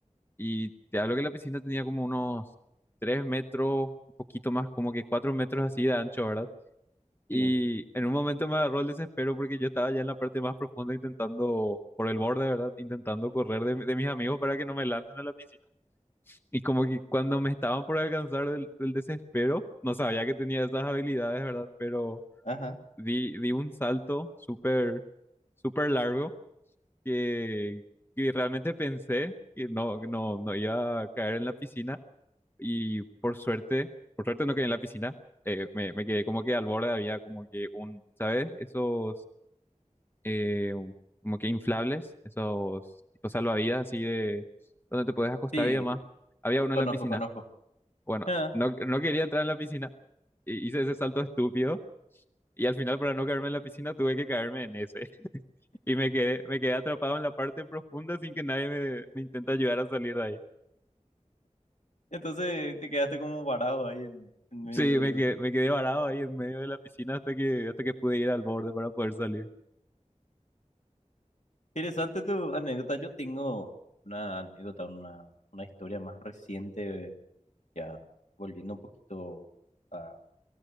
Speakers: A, on the left (about 15°); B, on the left (about 70°).
A: y te hablo que la piscina tenía como unos tres metros, un poquito más, como que cuatro metros así de ancho, ¿verdad? Y
B: sí,
A: en un momento me agarró el desespero porque yo estaba ya en la parte más profunda intentando, por el borde, ¿verdad? Intentando correr de, de mis amigos para que no me lancen a la piscina. Y como que cuando me estaban por alcanzar del, del desespero, no sabía que tenía esas habilidades, ¿verdad? Pero
B: ajá,
A: di, di un salto súper, súper largo que, que realmente pensé que no, que no, no iba a caer en la piscina. Y por suerte, por suerte no quedé en la piscina. Eh, me, me quedé como que al borde había como que un, ¿sabes? Esos eh, como que inflables, esos tipo salvavidas así de donde te puedes acostar
B: sí,
A: y demás. Había uno
B: conozco,
A: en la piscina.
B: conozco.
A: Bueno,
B: Ah.
A: no, no quería entrar en la piscina, y hice ese salto estúpido y al final para no caerme en la piscina tuve que caerme en ese <laughs> y me quedé, me quedé atrapado en la parte profunda sin que nadie me, me intente ayudar a salir de ahí.
B: Entonces te quedaste como parado ahí en, en medio
A: Sí,
B: de
A: me
B: cosas.
A: quedé, me quedé varado ahí en medio de la piscina hasta que, hasta que pude ir al borde para poder salir.
B: Interesante tu anécdota. Yo tengo una anécdota, una, una historia más reciente, ya volviendo un poquito a